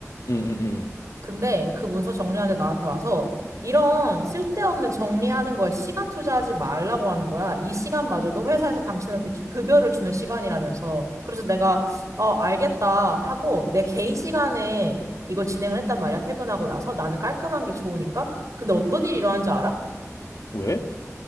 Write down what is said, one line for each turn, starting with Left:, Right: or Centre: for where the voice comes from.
Left: 응, 응, 응.
Right: 근데 그 문서 정리하는데 나한테 와서 이런 쓸데없는 정리하는 거에 시간 투자하지 말라고 하는 거야. 이 시간마저도 회사에서 당신한테 급여를 주는 시간이라면서. 그래서 내가 어, 알겠다 하고 내 개인 시간에 이걸 진행을 했단 말이야. 퇴근하고 나서 나는 깔끔한 게 좋으니까. 근데 어떤 일이 일어난지 알아?
Left: 응. 왜?